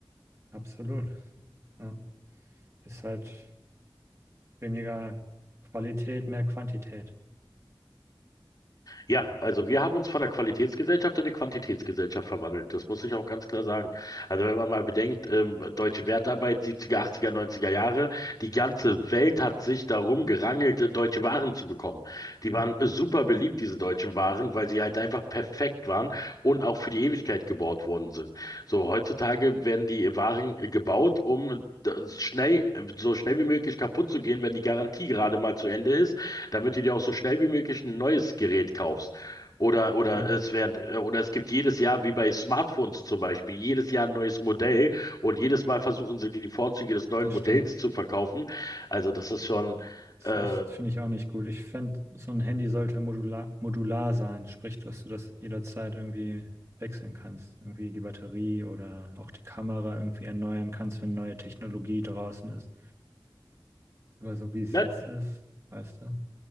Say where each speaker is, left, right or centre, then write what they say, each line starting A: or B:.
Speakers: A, on the right; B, on the left.
A: Absolut. Ja. Ist halt weniger Qualität, mehr Quantität.
B: Ja, also wir haben uns von der Qualitätsgesellschaft in eine Quantitätsgesellschaft verwandelt. Das muss ich auch ganz klar sagen. Also wenn man mal bedenkt, ähm, deutsche Wertarbeit 70er, 80er, 90er Jahre, die ganze Welt hat sich darum gerangelt, äh, deutsche Waren zu bekommen. Die
A: Mhm.
B: waren äh, super beliebt, diese deutschen Waren, weil sie halt einfach perfekt waren und auch für die Ewigkeit gebaut worden sind. So heutzutage werden die Waren äh, gebaut, um d- schnell, so schnell wie möglich kaputt zu gehen, wenn die Garantie gerade mal zu Ende ist damit du dir auch so schnell wie möglich ein neues Gerät kaufst. Oder, oder
A: Ja,
B: es werden, äh, oder es gibt jedes Jahr, wie bei Smartphones zum Beispiel, jedes Jahr ein neues Modell und jedes Mal versuchen sie dir die Vorzüge des neuen
A: das
B: Modells
A: stimmt.
B: zu verkaufen. Also das ist schon,
A: Ist
B: äh,
A: echt, finde ich auch nicht gut. Ich fände, so ein Handy sollte modular, modular sein, sprich, dass du das jederzeit irgendwie wechseln kannst. Irgendwie die Batterie oder auch die Kamera irgendwie erneuern kannst, wenn neue Technologie draußen ist. Aber so wie es
B: ja,
A: jetzt ist, weißt du?